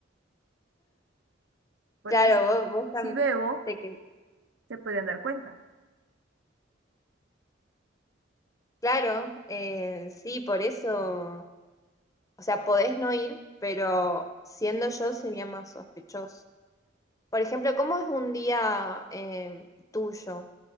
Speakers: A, on the right; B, on the left.
A: Porque
B: Claro,
A: si,
B: vos, vos también.
A: si bebo,
B: te que-
A: se pueden dar cuenta.
B: Claro, eh, sí, por eso. O sea, podés no ir, pero siendo yo sería más sospechoso. Por ejemplo, ¿cómo es un día eh, tuyo,